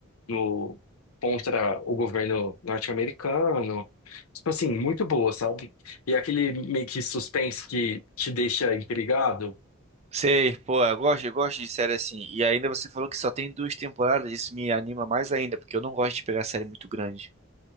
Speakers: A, on the left; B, on the right.
A: no contra o governo norte-americano. Tipo assim, muito boa, sabe? E aquele meio que suspense que te deixa intrigado.
B: Sei, pô, eu gosto, eu gosto de série assim. E ainda você falou que só tem duas temporadas, isso me anima mais ainda, porque eu não gosto de pegar série muito grande.